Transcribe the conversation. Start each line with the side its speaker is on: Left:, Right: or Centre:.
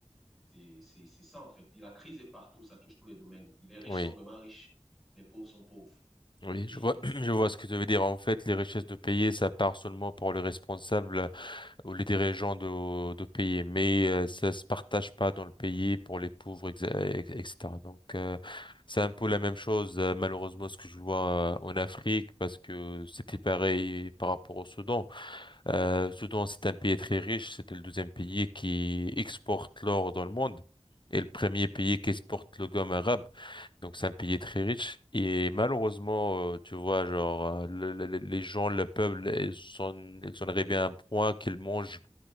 Centre: et c'est c'est ça, en fait. La crise est partout, ça touche tous les domaines. Les riches
Left: oui,
Centre: sont vraiment riches, les pauvres sont pauvres.
Left: oui.
Centre: Et
Left: Je vois, <clears throat> je
Centre: c'est
Left: vois ce que tu veux dire. En fait, les richesses de pays, ça part seulement pour les responsables ou les dirigeants de, de pays, mais euh, ça se partage pas dans le pays pour les pauvres, exa- ex- etc. Donc, euh, c'est un peu la même chose, euh, malheureusement, ce que je vois euh, en Afrique, parce que c'était pareil par rapport au Soudan. Euh, Soudan, c'est un pays très riche. C'était le deuxième pays qui exporte l'or dans le monde et le premier pays
Centre: ouais,
Left: qui exporte le gomme arabe. Donc, c'est un pays très riche. Et malheureusement, euh, tu vois, genre, euh, le- le- le- les gens, le peuple, ils sont, ils sont arrivés à un point qu'ils mangent,